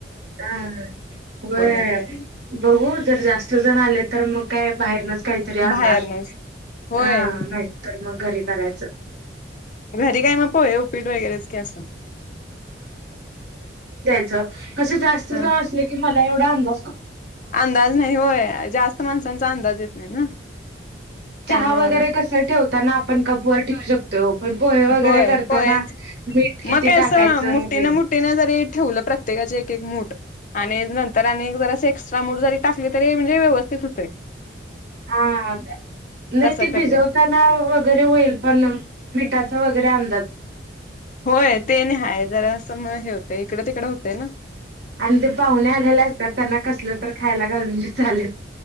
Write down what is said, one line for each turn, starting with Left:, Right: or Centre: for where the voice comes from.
Right: अ व
Left: वगैरे
Right: बघू जर जास्त जण आले तर मग काय बाहेरनच काहीतरी आणणार
Left: बाहेरनच होय
Right: हा नाही तर मग घरी करायचं.
Left: घरी काय मग पोय उपीट वगैरेच क असल
Right: क जास्त
Left: हा
Right: ज अस की मला एवढा अंद
Left: अंदाज नाही होय जास्त माणसांचा अंदाज येत नाही ना.
Right: चहा
Left: त्यामुळं
Right: वगैरे कस ठेवताना आपण कपवर ठेवू शकतो. तो पण पोहे वगैरे
Left: होय
Right: करताना
Left: पोह्यांच
Right: मीठ किती
Left: मग काय असं
Right: टाकायचं
Left: मुठीनं
Right: ते.
Left: मुठीनं जरी ठेवलं प्रत्येकाचे एक एक मूठ आणिर तर आणि जर असे एक्स्ट्रा मूड जरी टाकली तरी म्हणजे व्यवस्थित होते.
Right: हा नाही
Left: तसं
Right: ते
Left: करलंय
Right: भिजवताना वगैरे होईल पण मिठा वगैरे आंदाज
Left: होय ते नाही आहेाय जरा असं मग हे होतंय इकडे तिकडं होतंय ना.
Right: आणि ते पाहुणे आलेले असतात त्यांना कसलं तर खायला घालून चाले.